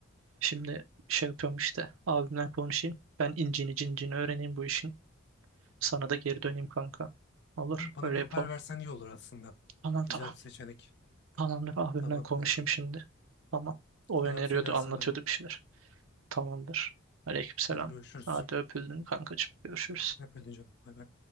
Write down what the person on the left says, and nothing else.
Ha, Bana
bir
haber versen iyi olur aslında.
Güzel
bir seçenek.
Tamam
kanka.
Selam
söylersin
ben.
Hadi görüşürüz.
Hep öyle canım. Bay bay.